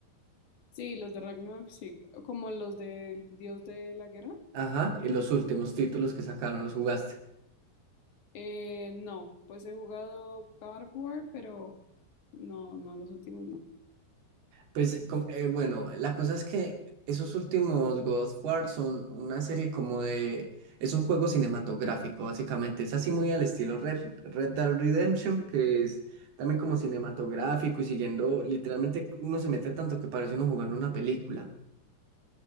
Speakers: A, on the left (about 50°); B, on the right (about 65°).
A: Sí, los de Ragnarok, sí. ¿Como los del dios de la guerra?
B: ajá, y los últimos
A: Sí.
B: títulos que sacaron los jugaste.
A: Eh, no, pues he jugado God of War, pero no, no, los últimos no.
B: Pues com- eh, bueno, la cosa es que esos últimos God of War son una serie como de... Es un juego cinematográfico, básicamente. Es así muy al estilo Red, Red Dead Redemption, que es también como cinematográfico y siguiendo, literalmente uno se mete tanto que parece uno jugando una película.